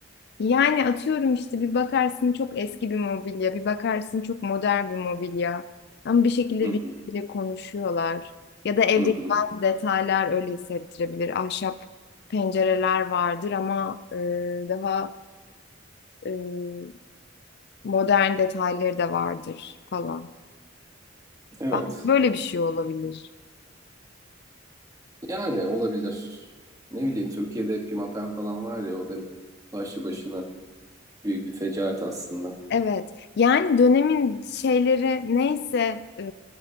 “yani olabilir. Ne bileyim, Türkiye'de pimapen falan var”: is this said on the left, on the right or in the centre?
Right